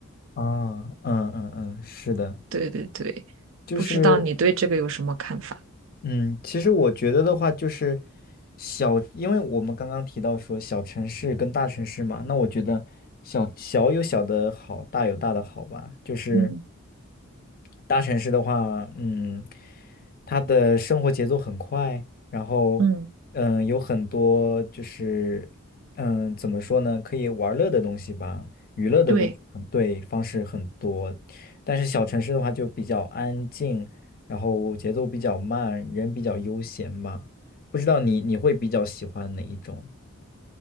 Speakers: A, on the left; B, on the right.
A: 啊嗯嗯嗯，是的，
B: 对对对，
A: 就是。
B: 不知道你对这个有什么看法？
A: 嗯，其实我觉得的话，就是小，因为我们刚刚提到说小城市跟大城市嘛，那我觉得小小有小的好，大有大的好吧。就是
B: 嗯
A: 大城市的话，嗯，他的生活节奏很快，然后，
B: 嗯，
A: 嗯，有很多就是，嗯，怎么说呢，可以玩乐的东西吧，娱乐的东西很对，
B: 对，
A: 方式很多。但是小城市的话就比较安静，然后节奏比较慢，人比较悠闲嘛。不知道你你会比较喜欢哪一种